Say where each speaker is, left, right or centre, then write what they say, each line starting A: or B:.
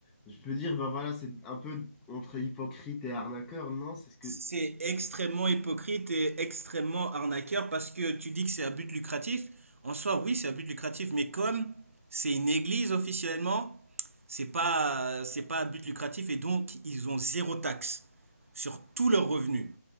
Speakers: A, in the centre; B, on the right.
A: Je peux dire, bah voilà, c'est un peu entre hypocrite et arnaqueur, non? C'est ce que
B: C'est extrêmement hypocrite et extrêmement arnaqueur parce que tu dis que c'est à but lucratif. En soi, oui, c'est à but lucratif, mais comme c'est une église officiellement, c'est pas, c'est pas à but lucratif et donc ils ont zéro taxe sur tous leurs revenus.